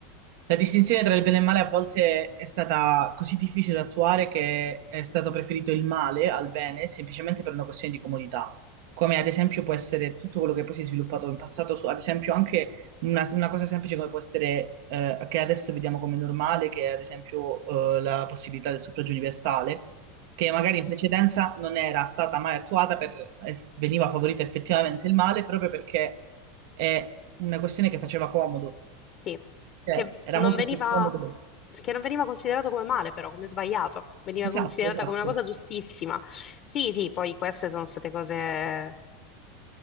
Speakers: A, on the right (about 65°); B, on the left (about 40°).
A: la distinzione tra il bene e il male a volte è stata così difficile da attuare che è stato preferito il male al bene semplicemente per una questione di comodità, come ad esempio può essere tutto quello che poi si è sviluppato in passato, su, ad esempio anche una, una cosa semplice come può essere, eh, che adesso vediamo come normale, che è ad esempio, eh, la possibilità del suffragio universale, che magari in precedenza non era stata mai attuata, per, eh, veniva favorito effettivamente il male proprio perché è una questione che faceva comodo.
B: Sì,
A: Cioè,
B: che
A: era
B: non
A: molto
B: veniva,
A: più comodo.
B: che non veniva considerato come male, però, come sbagliato, veniva
A: Esatto,
B: considerata
A: esatto,
B: come una cosa giustissima. Sì, sì, poi queste sono state cose